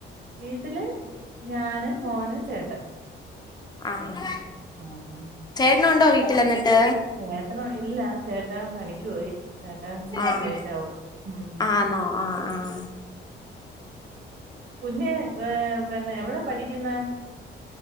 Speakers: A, on the right; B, on the left.
A: വീട്ടില് ഞാന് മോന് ചേട്ടൻ
B: ആഹ്
A: ആഹ് അഹ്
B: ഇന്നൊണ്ടോ വീട്ടിൽ അന്നിട്ട്‌
A: ചേട്ടന ഇല്ല ചേട്ടൻ പണിക്ക് പോയി ഏട്ടൻ ഇച്ചിരി
B: ആഹ്
A: ലേറ്റ് ആകും ഉം
B: ആന്നോ ആഹ് ആഹ്
A: കുഞ്ഞ് ഏ പിന്നെ എവിടാ പഠിക്കുന്നെ